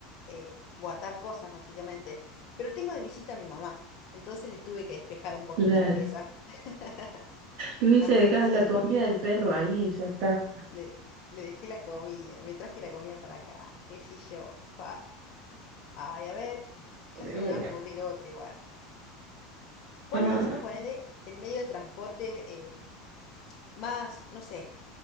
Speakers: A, on the left; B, on the right.
A: eh, guardar cosas, básicamente, pero tengo de visita a mi mamá, entonces le tuve que despejar un poquito
B: Claro.
A: la pieza. <laughs>
B: Le hubiese
A: Así
B: dejado
A: que sí,
B: la comida del perro ahí, ya está.
A: le, le dejé la comida, me traje la comida para acá, qué sé yo. fa. Ay, a ver, ya
B: De
A: se
B: una.
A: me va a ocurrir otra igual. ¿Cuál
B: Ah,
A: es, ponele, el medio de transporte eh, más, no sé,